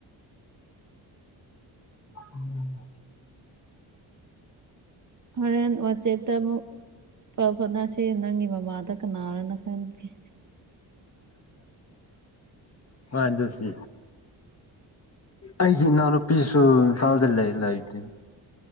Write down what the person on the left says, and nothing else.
ꯎꯝ꯫
ꯍꯍꯤ ꯍꯣꯏ ꯑꯗꯨꯁꯨ ꯑꯩꯒꯤ ꯏꯅꯥꯎꯅꯨꯄꯤꯁꯨ ꯏꯝꯐꯥꯜꯗ ꯂꯩ ꯂꯩꯒꯤꯝ